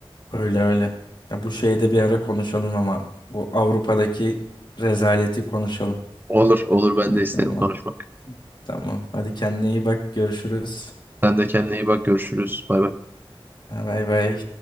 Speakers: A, on the left; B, on the right.
A: Öyle öyle. Ya bu şeyi de bir ara konuşalım ama bu Avrupa'daki rezaleti konuşalım.
B: Olur olur ben
A: Ya,
B: de isterim
A: tamam
B: konuşmak.
A: tamam. Hadi kendine iyi bak. Görüşürüz.
B: Sen de kendine iyi bak görüşürüz. Bay bay.
A: Bay bay.